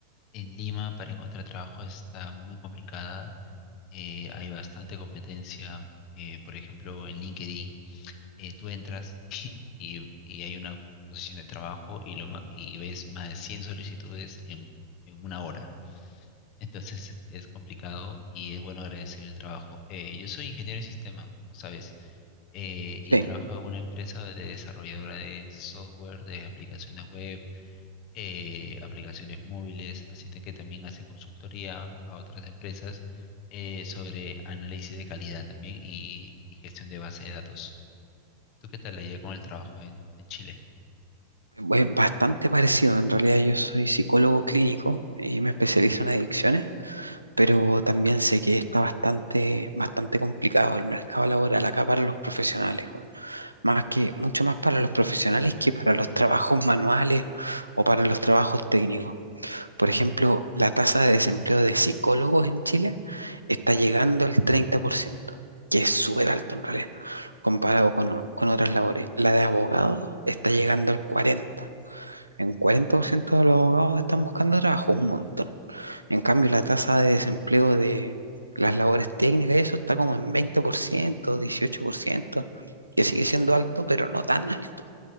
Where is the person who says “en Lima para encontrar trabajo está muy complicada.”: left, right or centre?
Left